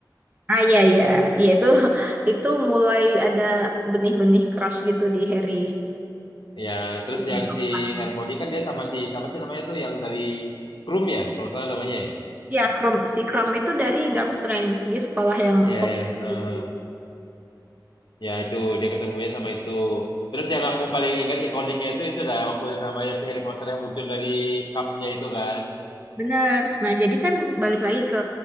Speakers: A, on the right (about 20°); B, on the left (about 85°).
A: Ah iya iya, iya itu <laughs> itu mulai ada benih-benih crush gitu di Harry.
B: Ya, terus
A: Filmnya
B: yang
A: keempat.
B: si Harmony kan dia sama si siapa sih namanya tuh yang dari Krum ya, kalau nggak salah namanya ya.
A: Ya, Krum, si Krum itu dari Durmstrang. Dia sekolah yang
B: Iya
A: populer
B: iya, eh,
A: itu.
B: ya itu dia ketemunya sama itu. Terus yang aku paling ingat ikoniknya itu itu dah waktu namanya si Harry Potter yang muncul dari cupnya itu kan.
A: Benar. Nah, jadi kan balik lagi ke